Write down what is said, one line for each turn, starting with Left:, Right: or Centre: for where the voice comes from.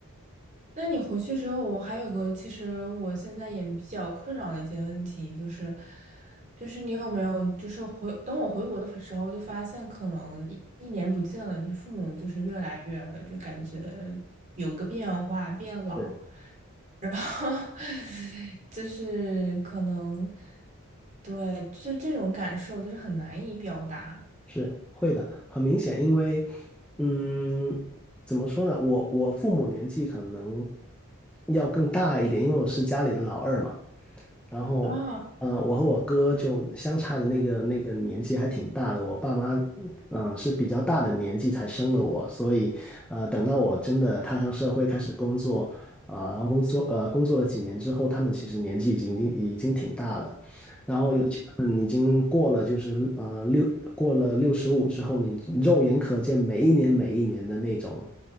Right: 那你回去之后，我还有个，其实我现在也比较困扰的一些问题，就是，就是你有没有，就是回，等我回国的时候，就发现可能一一年不见了，就是父母就是越来越，就感觉有一个变化，变老，
Centre: 是
Right: <laughs> 就是可能，对，就这种感受就是很难以表达
Centre: 是会的，很明显，因为嗯，怎么说呢，我我父母年纪可能要更大一点，因为我是家里的老二嘛。然后，
Right: 啊。
Centre: 呃，我和我哥就相差的那个那个年纪还挺大的，我爸妈，嗯、是比较大的年纪才生了我，所以，呃，等到我真的踏上社会开始工作，啊、然后工作，呃，工作了几年之后，他们其实年纪已经已经已经挺大了，然后尤其他们已经过了就是呃六过了六十五之后，你肉眼可见每一年每一年的那种